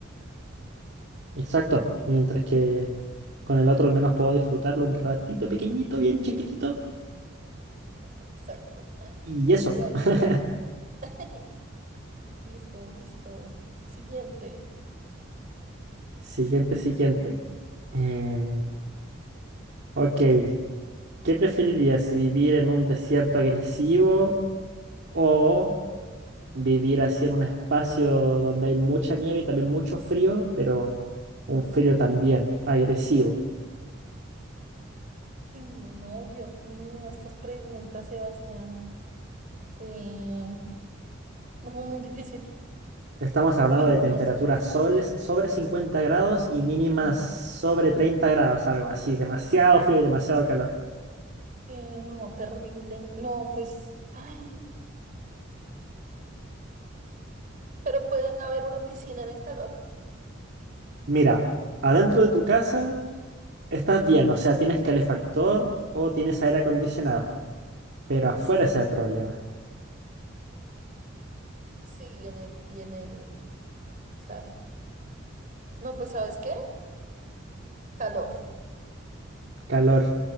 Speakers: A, on the right (about 60°); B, on the right (about 40°).
A: Exacto. Mientras que con el otro al menos puedo disfrutarlo un ratito pequeñito, bien chiquitito.
B: Exacto.
A: Y eso.
B: Bueno,
A: <laughs>
B: <laughs> listo, listo. Siguiente.
A: Siguiente, siguiente. Em, ok. ¿Qué preferirías? ¿Vivir en un desierto agresivo o vivir así en un espacio donde hay mucha nieve y también mucho frío, pero un frío también agresivo.
B: Ay, No, Dios mío, estas preguntas, Sebastián. Eh, no, muy difícil.
A: Estamos hablando
B: Uy,
A: de temperaturas
B: no.
A: sobre, sobre 50 grados y mínimas
B: no.
A: sobre 30 grados, algo así, demasiado frío y demasiado calor.
B: Eh, no, terrible. No, pues, ay, pero puede haber una piscina en el calor.
A: Mira, adentro de tu casa estás bien, o sea, tienes calefactor o tienes aire acondicionado, pero afuera ese es el problema.
B: Sí, y en el, y en el, claro. No, pues, ¿sabes qué? Calor,
A: Calor.